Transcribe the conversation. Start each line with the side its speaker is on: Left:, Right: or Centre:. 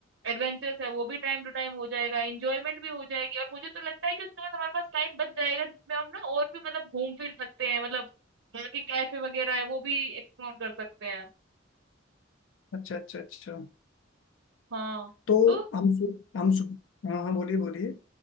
Right: एडवेंचर्स है वो भी टाइम टू टाइम हो जाएगा इंजॉयमेंट भी हो जाएगी और मुझे तो लगता है कि उसके बाद हमारे पास टाइम बच जाएगा जिसमें हम ना और भी मतलब घूम फिर सकते हैं मतलब वहाँ के कैफे वगैरह है वो भी एक्सप्लोर कर सकते हैं
Left: अच्छा अच्छा अच्छा
Right: हाँ
Left: तो
Right: तो
Left: हम सु- हम सु- हाँ हाँ बोलिए बोलिए